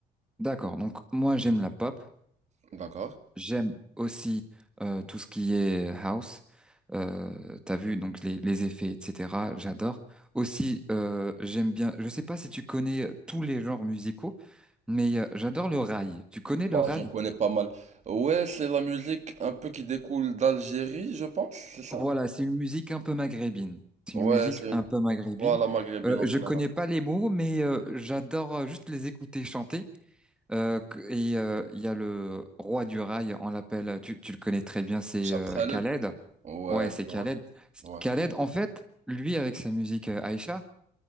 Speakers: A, in the centre; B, on the right.
A: D'accord. Donc moi, j'aime la pop.
B: D'accord.
A: J'aime aussi euh, tout ce qui est euh, house. Euh, t'as vu donc les, les effets, etc. J'adore. Aussi, euh, j'aime bien. Je sais pas si tu connais euh, tous les genres musicaux, mais euh, j'adore le rail. Tu connais
B: Bah,
A: le rail?
B: je connais pas mal. Ouais, c'est la musique un peu qui découle d'Algérie, je pense, c'est ça?
A: Voilà, c'est une musique un peu maghrébine. C'est
B: Ouais,
A: une musique
B: c'est...
A: un peu maghrébine.
B: Voilà, maghrébine
A: Euh,
B: en
A: je
B: général.
A: connais pas les mots, mais euh, j'adore euh, juste les écouter chanter. Euh, que- et euh, il y a le roi du rail, on l'appelle, tu, tu le connais très bien, c'est
B: Chaprelet?
A: euh, Khaled.
B: Ouais,
A: Ouais, c'est
B: c'est drôle.
A: Khaled.
B: Ouais.
A: Khaled, en fait, lui, avec sa musique euh, Aïcha,